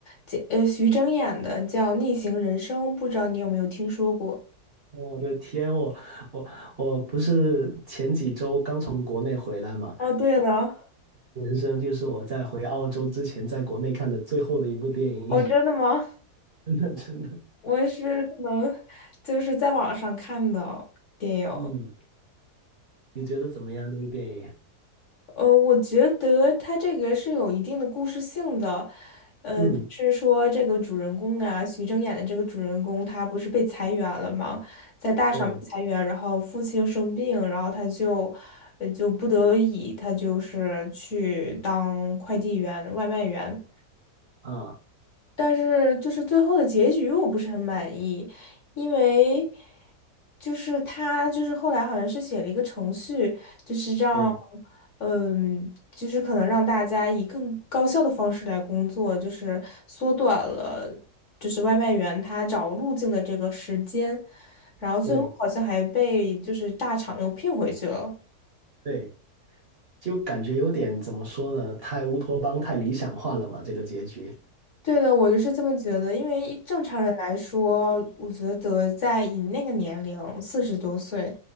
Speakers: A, on the left; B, on the right.
A: 叫呃徐峥演的，叫《逆行人生》，不知道你有没有听说过？
B: 我的天，我我我不是前几周刚从国内回来嘛，
A: 哦，对了，
B: 人生就是我在回澳洲之前在国内看的最后的一部电影，
A: 哦，真的吗？<laughs>
B: <laughs> 真的真的，
A: 我是可能就是在网上看的电影。
B: 嗯，你觉得怎么样那个电影？
A: 呃，我觉得他这个是有一定的故事性的，呃，
B: 嗯，
A: 是说这个主人公啊，徐峥演的这个主人公，他不是被裁员了吗？在大厂被裁员，
B: 对，
A: 然后父亲又生病，然后他就，呃，就不得已，他就是去当快递员、外卖员，
B: 啊，
A: 但是就是最后的结局我不是很满意，因为就是他就是后来好像是写了一个程序，就是让
B: 对
A: 嗯，就是可能让大家以更高效的方式来工作，就是缩短了就是外卖员他找路径的这个时间，然后最后好像还被就是大厂又聘回去了。
B: 对对，就感觉有点怎么说呢，太乌托邦、太理想化了嘛，这个结局。
A: 对的，我就是这么觉得，因为一正常人来说，我觉得在你那个年龄，四十多岁，